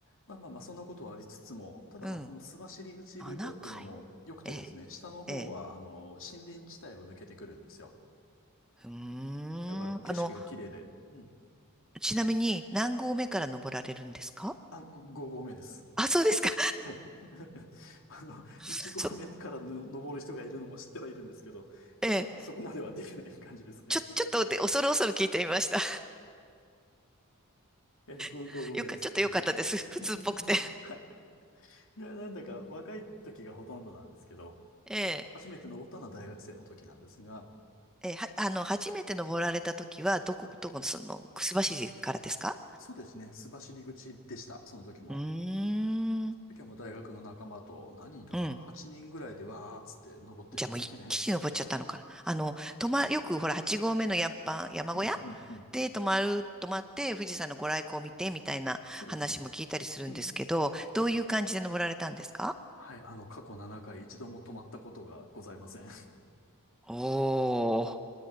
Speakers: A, on the left (about 65°); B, in the centre.
A: まあまあまあ、そんなことはありつつも、ただまあ、
B: うん。
A: その須走口ルートっていうのも良くてですね、
B: 7回。ええ。
A: 下の方は、
B: ええ。
A: あの、森林地帯を抜けてくるんですよ。
B: うーん。
A: だからもう景色が綺麗で。
B: あの、
A: うん。
B: ちなみに何合目から登られるんですか
A: あ、5合目です。
B: <laughs> あ、そうですか。
A: はい。<laughs> あの、
B: <laughs>
A: 1合目からの登る人がいるのも知ってはいるんですけど、
B: そ、
A: ちょ、
B: ええ。
A: そ、そこまではできない感じですね。
B: ちょ、ちょっとで、恐る恐る聞いてみました。
A: え、5、
B: <laughs>
A: 5合目です。
B: よか、ちょっとよかったです。
A: 5合目です。<laughs>
B: <laughs> 普通っぽくて。
A: はい。いや、なんだか若い時がほとんどなんですけど、
B: <laughs> ええ。
A: 初めて登ったのは大学生の時なんですが、
B: ええ、は、あの、初めて登られた時は、どこ、
A: う
B: どこの、その、くすばしからですか
A: んえーそうですね、須走口でした、その時も。
B: うーん。
A: その時はもう大学の仲間と何人とか8人ぐらいでわーっつって登ってって。
B: うん。じゃあもう一気に登っちゃったのかな。
A: <laughs>
B: あの、泊ま、
A: うん、
B: よくほら、8合目の山、山小屋
A: うん、うん、うん
B: で泊まる、泊まって富士山のご来光を見てみたいな話も聞いたりするんですけど、
A: そうですね。うん。
B: どういう感じで登られたんですか
A: え、はい、あの、過去7回一度も止まったことがございません。
B: おー。